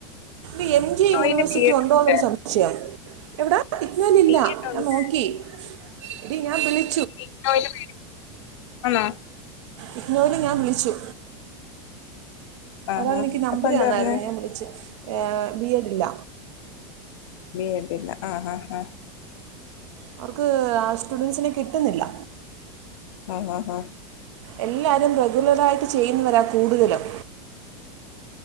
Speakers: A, on the right; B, on the left.
A: ഈ എം ജി
B: ഇഗ്നോയില്
A: യൂണിവേഴ്സിറ്റി
B: ബി എഡ്
A: ഉണ്ടോന്ന്
B: ഉണ്ട്
A: ഒര് സംശയം എവിടാ ഇഗ്നോയിൽ ഇല്ല
B: ബി എഡ് ഉണ്ട്
A: ഞാൻ നോക്കി എടി ഞാൻ വിളി
B: <unintelligible> ആന്നോ
A: ഇഗ്നോയില് ഞാൻ വിളിച്ചു
B: ആഹാ
A: ഒരാള് എനിക്ക് നമ്പര്
B: അപ്പൊ എന്താ
A: തന്നായിരുന്നേ
B: പറഞ്ഞെ
A: ഞാൻ വിളിച്ച് ബി എഡ് ഇല്ല
B: ബി എഡ് ഇല്ല ആഹ് ആഹ് ആഹ്
A: അവർക്ക് ആ സ്റ്റുഡൻസിനെ കിട്ടുന്നില്ല
B: ആഹ് ആഹ് ആഹ്
A: എല്ലാരും റെഗുലറ് ആയിട്ട് ചെയ്യുന്നവരാ കൂടുതലും
B: <inaudible>